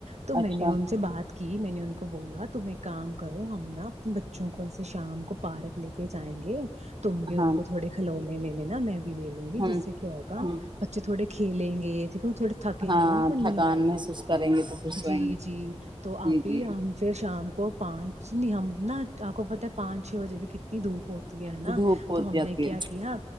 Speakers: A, on the right; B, on the right.
A: تو میں
B: اچھا
A: نے ان سے بات کی میں نے ان کو بولا تم ایک کام کرو ہم نا اپنے بچوں کو ایسے شام کو پارک لے کے جائیں گے تم بھی ان
B: ہاں
A: کو تھوڑے کھلونے لینے نہ میں بھی لے لوں گی
B: ہوں
A: جس سے کیا ہوگا
B: ہوں
A: بچے تھوڑے کھیلیں گے دیکھو تھوڑا تھکیں
B: ہاں
A: گے ان کو
B: تھکان
A: نیند آئے
B: محسوس
A: گی
B: کریں گے تو پھر سوئیں
A: جی
B: گے
A: جی تو آپ
B: جی
A: ہی
B: جی
A: ہم پھر شام کو پانچ نہیں ہم نا آپ کو پتا ہے پانچ چھ بجے بھی کتنی دھوپ ہوتی ہے نا
B: دھوپ ہوتی
A: تو ہم
B: جاتی
A: نے کیا
B: ہے
A: کیا